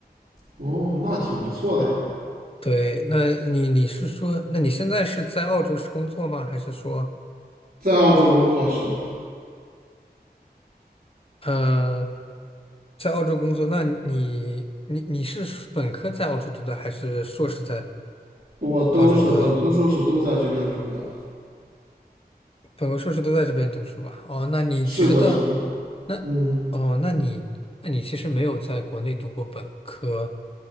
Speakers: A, on the right; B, on the left.
A: 哦，那挺不错的呀，
B: 对，那你你是说，那你现在是在澳洲是工作吗？还是说，
A: 在澳洲工作，是的，
B: 呃，在澳洲工作？那你你你是本科在澳洲读的，还是硕士在
A: 我都是本科、
B: 澳洲读的？
A: 硕士都在这边读的。
B: 本科硕士都在这边读书吧？哦，那你觉得，
A: 是的，是的，
B: 那
A: 嗯，
B: 哦，那你那你其实没有在国内读过本科，